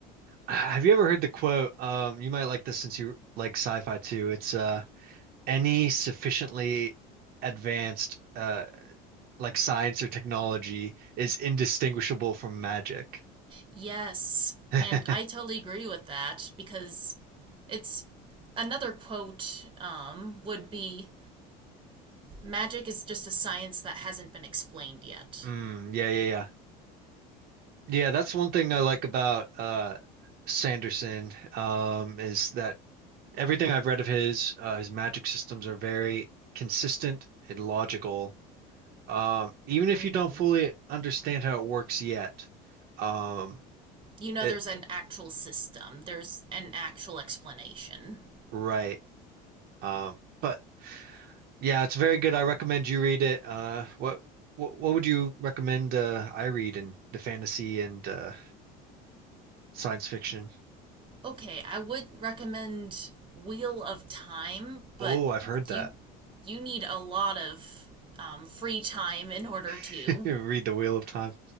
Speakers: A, on the right; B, on the right.
A: Have you ever heard the quote? Um, you might like this since you like sci-fi too. It's uh, any sufficiently advanced uh, like science or technology is indistinguishable from magic.
B: Yes,
A: <laughs>
B: and I totally agree with that because it's another quote um, would be magic is just a science that hasn't been explained yet.
A: Mm, yeah, yeah, yeah. Yeah, that's one thing I like about uh Sanderson um is that everything I've read of his uh, his magic systems are very consistent and logical. Um, even if
B: hmm
A: you don't fully understand how it works yet, um,
B: You know,
A: it
B: there's an actual system, there's an actual explanation.
A: right. Um, but yeah, it's very good. I recommend you read it. Uh, what what what would you recommend uh, I read in the fantasy and uh, science fiction?
B: Okay, I would recommend Wheel of Time, but
A: Oh, I've heard
B: you
A: that.
B: you need a lot of um, free time in order to.
A: <laughs> Read The Wheel of Time.